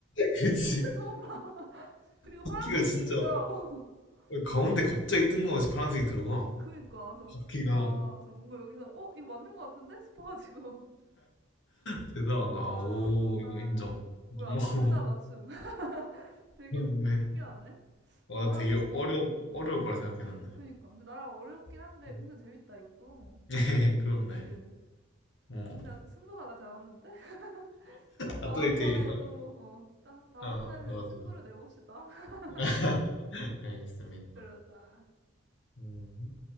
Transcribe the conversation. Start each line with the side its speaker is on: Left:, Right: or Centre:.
Left: 그치.
Right: 진짜 처음 봐. 그리고 파란색이
Left: 바퀴가 진짜
Right: 있긴 있더라고. <laughs>
Left: 가운데 갑자기 뜬금없이 파란색이 들어가.
Right: 그니까 그래서
Left: 바퀴가
Right: 아, 그래서 뭔가 여기서 어 이거 맞는 것 같은데 싶어가지고
Left: 대단하다.
Right: <laughs> 와
Left: 오,
Right: 맞췄다.
Left: 이거 인정.
Right: 뭐야
Left: 오, <laughs>
Right: 둘 다 맞춤. <laughs> 되게
Left: 그렇네.
Right: 신기하네.
Left: 와,
Right: 나랑
Left: 나 되게 어려,
Right: 음,
Left: 어려울
Right: 음.
Left: 거라 생각했는데.
Right: 그니까 근데 나랑 어렵긴 한데
Left: <laughs>
Right: 은근 재밌다 이것도.
Left: 네, 그렇네.
Right: 그치?
Left: 어.
Right: 근데 아직 승부가 나지 않았는데 <laughs>
Left: 아,
Right: 다음번에
Left: 또 1대1인 거야?
Right: 또 어, 따, 다음번에는
Left: 아, 맞아.
Right: 승부를 내봅시다. <laughs>
Left: <laughs> 알겠습니다.
Right: 그러자.
Left: 음.